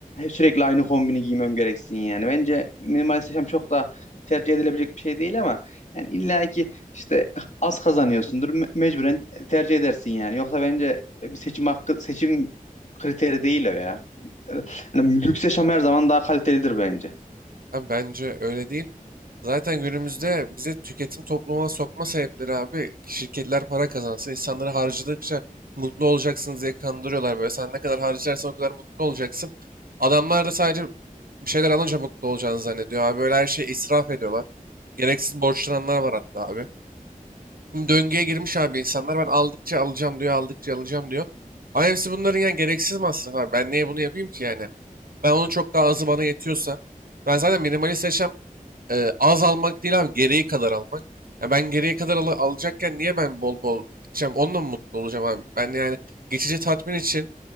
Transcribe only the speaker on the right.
Abi bence öyle değil. Zaten günümüzde bize tüketim toplumuna sokma sebepleri abi şirketler para kazansın, insanları harcadıkça mutlu olacaksınız diye kandırıyorlar böyle. Sen ne kadar harcarsan o kadar mutlu olacaksın. Adamlar da sadece bir şeyler alınca mutlu olacağını zannediyor abi. Böyle her şeyi israf ediyorlar. Gereksiz borçlananlar var hatta abi. Şimdi döngüye girmiş abi insanlar ben aldıkça alacağım diyor, aldıkça alacağım diyor. Ama hepsi bunların yani gereksiz masraf abi. Ben niye bunu yapayım ki yani? Ben onun çok daha azı bana yetiyorsa. Ben zaten minimalist yaşam e, az almak değil abi gereği kadar almak. Ya ben gereği kadar ala- alacakken niye ben bol bol gideceğim? Onunla mı mutlu olacağım abi? Ben yani geçici tatmin için